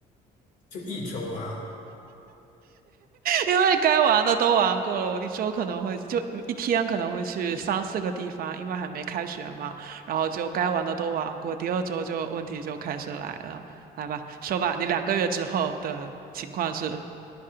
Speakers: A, on the left; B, on the right.
A: 就一周啊。
B: 因为该玩的都玩过了，我一周可能会就一天可能会去三四个地方，因为还没开学嘛，然后就该玩的都玩过，第二周就问题就开始来了，来吧，说吧，你两个月之后的情况是？